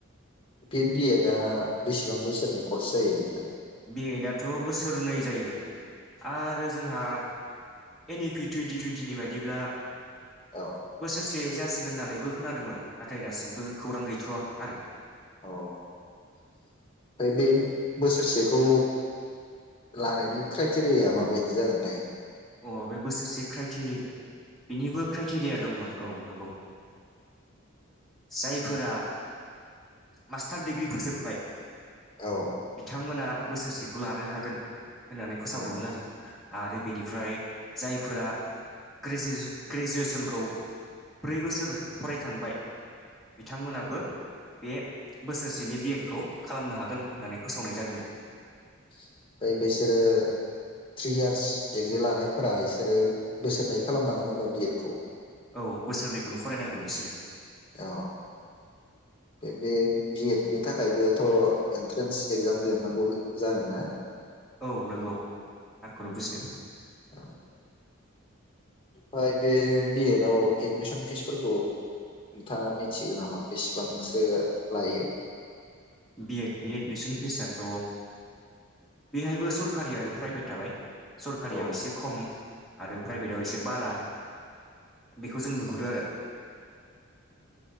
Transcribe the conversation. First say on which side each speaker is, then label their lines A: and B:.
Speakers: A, on the left; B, in the centre.
A: पि बिएदा बेसेबां बोसोरनि कर्स जायो ओमफ्राय
B: बेयोनायथ' बोसोरनै जायो आरो जोंहा एन इ पि टुइन्टि टुइन्टिनि बायदिब्ला
A: औ
B: बोसोरसे से जासिगोन होननानैबो खोनादोंमोन नाथाय दासिमबो खौरां गैथ'वा आरो
A: अ ओमफ्राय बे बोसोरसेखौ लानायनि क्राइटेरियाया माबायदि जागोनथाय
B: अ बे बोसोरसे क्राइटेरिया बेनिबो क्राइटेरिया दंमोन औ नंगौ जायफोरा मास्टार दिडिग्रि फोजोब्बाय।
A: औ
B: बिथांमोना बोसोरसेखौ लानो हागोन होननानै फोसावदोंमोन
A: औ
B: आरो आरो बेनि ओमफ्राय जायफोरा गेजस ग्रेजुवेसनखौ ब्रै बोसोर फरायखांबाय बिथांमोनाबो बे बोसोरसेनि बिएड खौ खालामनो हागोन होननानै फोसावनाय जादोंमोन।
A: ओमफ्राय बिसोरो थ्रि इयार्स डिग्रि लानायफोरा बिसोरो बोसोरनै खालामनांगोन होनबा बिएद खौ
B: औ बोसोरनैखौनो फरायनांगोन बिसोरो।
A: औ बे बि एडनि थाखायबोथ' एन्ट्रेन्स एक्जाम लिरनांगौ जागोन ना?
B: औ नंगौ थारखौनो बुजिदों।
A: औ ओमफ्राय बे बिएदआव एडमिसन फिसफोरखौ नोंथाङा मिथिगौ नामा बेसेबांसो लायो?
B: बिएडनि एडमिसन फिसाथ' बेहायबो सरखारि आरो प्राइभेट थाबाय सरखारियाव
A: औ
B: एसे खम आरो प्राइभेटाव एसे बारा बेखौ जों नुहुरो
A: औ
B: आरो